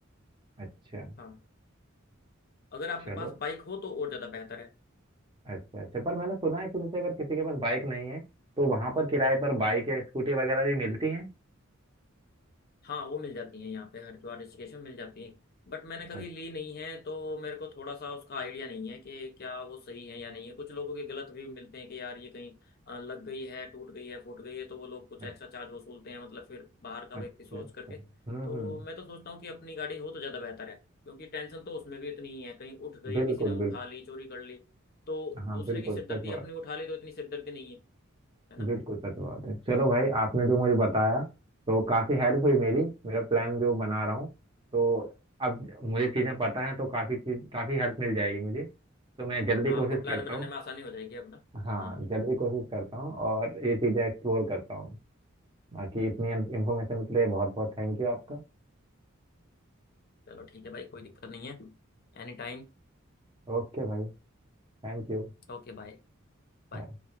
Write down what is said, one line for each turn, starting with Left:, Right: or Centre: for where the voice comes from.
Right: अच्छा
Left: हाँ अगर आपके
Right: चलो
Left: पास बाइक हो तो और ज़्यादा बेहतर है
Right: अच्छा अच्छा पर मैंने सुना है कि जैसे अगर किसी के पास बाइक नहीं है तो वहां पर किराए पर बाइक
Left: हम्म
Right: या स्कूटी वगैरह भी मिलती हैं
Left: हाँ वो मिल जाती हैं यहाँ पे हरिद्वार ऋषिकेश में मिल जाती हैं बट मैंने कभी
Right: अच्छा
Left: ली नहीं है तो मेरे को थोड़ा सा उसका आइडिया नहीं है कि क्या वो सही है या नहीं है कुछ लोगों के गलत भी मिलते हैं कि यार ये कहीं अ, लग गई है टूट गई है फूट गई है तो वो लोग कुछ
Right: अच्छा
Left: एक्स्ट्रा चार्ज वसूलते हैं मतलब फिर बाहर का
Right: अच्छा
Left: व्यक्ति सोच
Right: अच्छा।
Left: करके
Right: हम्म
Left: तो
Right: हम्म
Left: मैं तो सोचता हूँ कि अपनी गाड़ी हो तो ज़्यादा बेहतर है क्योंकि टेंशन तो उसमें भी इतनी ही है कहीं उठ गई
Right: बिल्कुल
Left: किसी ने उठा
Right: बिल्कुल
Left: ली चोरी कर ली तो
Right: हाँ
Left: दूसरे
Right: बिल्कुल
Left: की सिरदर्दी
Right: सच बात
Left: अपनी उठा ली तो इतनी सिरदर्दी नहीं है है ना
Right: बिल्कुल सच बात है चलो भाई आपने जो मुझे बताया तो काफी हेल्प हुई मेरी
Left: हम्म।
Right: मेरा प्लान जो बना रहा हूँ तो अब मुझे चीजें पता है तो काफी चीज काफी हेल्प मिल जाएगी मुझे तो मैं जल्दी
Left: हाँ
Right: कोशिश
Left: आपको प्लान
Right: करता
Left: बनाने
Right: हूँ
Left: में आसानी हो जाएगी अपना
Right: हाँ
Left: हम्म
Right: जल्दी कोशिश करता हूँ और ये चीजें एक्सप्लोर करता हूँ बाकी इतनी इन्फॉर्मेशन के लिए बहुत बहुत थैंक यू आपका
Left: चलो ठीक है भाई कोई दिक्कत नहीं है Any time
Right: ओके भाई Thank you
Left: Okay bye Bye
Right: बाय